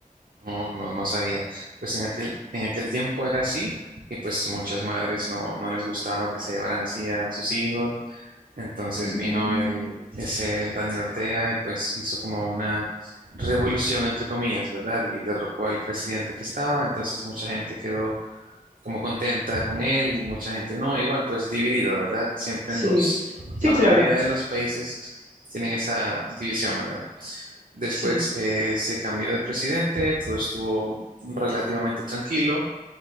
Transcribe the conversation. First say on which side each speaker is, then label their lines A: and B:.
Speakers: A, on the right; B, on the right.
A: No, no, no sabía. Pues en aquel, en aquel tiempo era así y pues muchas madres no, no les gustaba que se llevaran así a sus hijos. Entonces
B: Mm,
A: vino el, ese Daniel Ortega y pues hizo como una revolución entre comillas, ¿verdad? Y derrocó al presidente que estaba. Entonces mucha gente quedó como contenta con él y mucha gente no, igual pues dividido, ¿verdad? Siempre
B: Sí,
A: en dos.
B: Sí,
A: La
B: claro.
A: mayoría de los países tienen esa división, ¿verdad? Después
B: sí,
A: eh, se cambió de presidente, todo estuvo relativamente tranquilo,